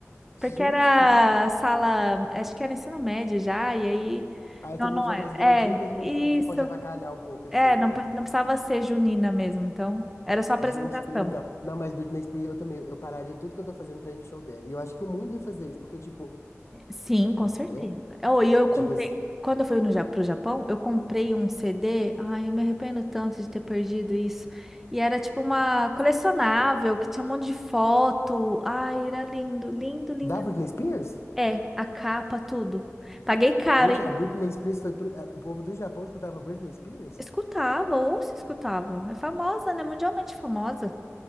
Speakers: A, on the left; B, in the centre.
A: Gente,
B: Porque era
A: que.
B: sala, acho que era ensino médio já, e aí.
A: Aí
B: Não,
A: todo
B: não
A: mundo já
B: era.
A: é mais grandinho,
B: É,
A: todo mundo.
B: isso.
A: Aí você pode avacalhar um pouco, assim,
B: É, não,
A: né?
B: pre- não precisava ser junina mesmo, então era só apresentação.
A: Gente, que legal. Não, mas Britney Spears, eu também. Eu pararia tudo que eu tô fazendo pra ir no show dela. E eu acho que o mundo ia fazer isso, porque, tipo,
B: Sim, com
A: também,
B: certeza.
A: né?
B: Oh, e eu comprei.
A: Tipo assim.
B: Quando eu fui no, Ja- pro Japão, eu comprei um CD. Ai, eu me arrependo tanto de ter perdido isso. E era tipo uma colecionável que tinha um monte de foto. Ai, era lindo, lindo, lindo.
A: Da Britney Spears?
B: É, a capa, tudo. Paguei caro,
A: Gente, a Britney Spears foi. pro- a- O povo do Japão escutava Britney Spears?
B: Escutava, ou se escutava. É famosa, né? Mundialmente famosa.